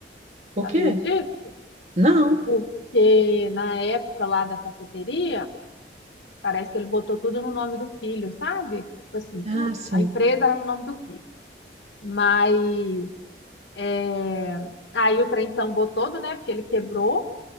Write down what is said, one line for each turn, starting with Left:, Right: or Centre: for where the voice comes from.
Right: Por
Left: Sabia
Right: quê?
Left: disso?
Right: Não.
Left: Porque na época lá da cafeteria, parece que ele botou tudo no nome do filho, sabe? Tipo assim,
Right: Ah,
Left: tu,
Right: sim.
Left: a empresa era no nome do filho. Mas é, aí o trem sambou todo, né? Porque ele quebrou.